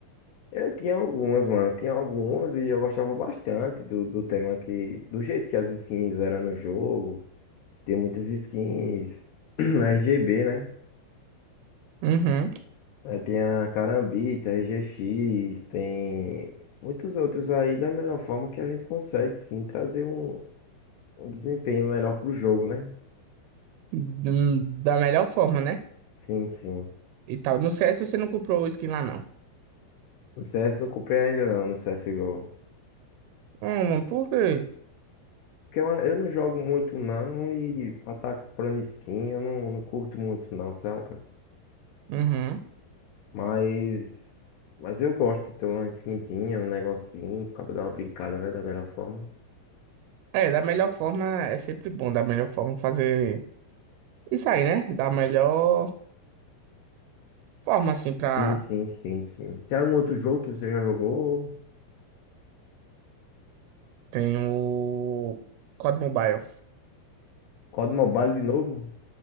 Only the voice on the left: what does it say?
Eu tinha algumas, mano. Tinha algumas e eu gostava bastante do, do tema que. Do jeito que as skins eram no jogo. tem muitas skins <clears throat> RGB, né?
Aí tem a Carambita, RGX, tem muitos outros aí da melhor forma que a gente consegue sim trazer um, um desempenho melhor pro jogo, né?
Sim, sim.
No CS não comprei ainda não, no CSGO.
Porque eu, eu não jogo muito não e pra estar tá comprando skin eu não, não curto muito não, saca?
Mas, mas eu gosto de ter uma skinzinha, um negocinho, pra dar uma brincada, né? Da melhor forma.
Sim, sim, sim, sim. Tem algum outro jogo que você já jogou?
COD Mobile de novo?